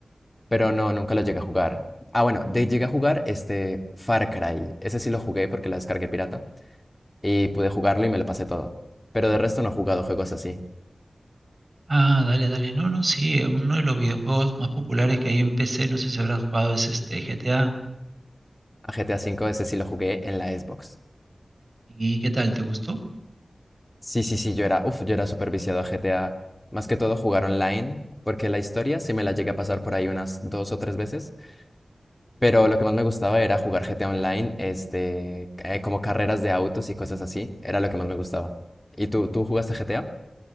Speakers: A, on the left (about 20°); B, on the right (about 50°).
A: pero no, nunca lo llegué a jugar. Ah, bueno, de, llegué a jugar este Far Cry. Ese sí lo jugué porque lo descargué pirata y pude jugarlo y me lo pasé todo. Pero de resto no he jugado juegos así.
B: Ah, dale, dale. No, no, sí, eh, uno de los videojuegos más populares que hay en PC, no sé si habrás jugado, es este GTA.
A: A GTA cinco ese sí lo jugué en la Xbox.
B: ¿Y qué tal? ¿Te gustó?
A: Sí, sí, sí, yo era, uf, yo era súper viciado a GTA. Más que todo jugar online, porque la historia sí me la llegué a pasar por ahí unas dos o tres veces. Pero lo que más me gustaba era jugar GTA Online, este, eh, como carreras de autos y cosas así. Era lo que más me gustaba. ¿Y tú, tú jugaste GTA?